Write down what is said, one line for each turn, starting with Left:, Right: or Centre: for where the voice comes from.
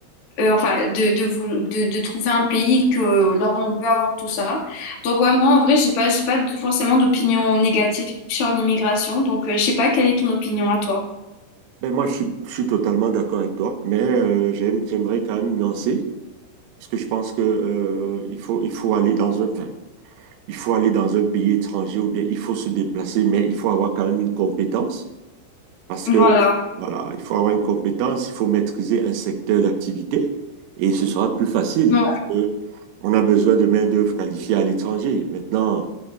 Left: euh, enfin, de, de, vou- de, de trouver un pays que là on peut avoir tout ça. Donc ouais, moi en vrai, j'ai pas, j'ai pas de- forcément d'opinion négative sur l'immigration. Donc euh, je sais pas quelle est ton opinion à toi.
Right: Ben moi, je suis, je suis totalement d'accord avec toi, mais euh, j'aime- j'aimerais quand même nuancer parce que je pense que euh, il faut, il faut aller dans un, enfin, il faut aller dans un pays étranger ou bien il faut se déplacer, mais il faut avoir quand même une compétence parce
Left: Voilà.
Right: que Voilà, il faut avoir une compétence, il faut maîtriser un secteur d'activité et ce sera plus facile.
Left: Ouais.
Right: parce que on a besoin de main-d'œuvre qualifiée à l'étranger. Maintenant,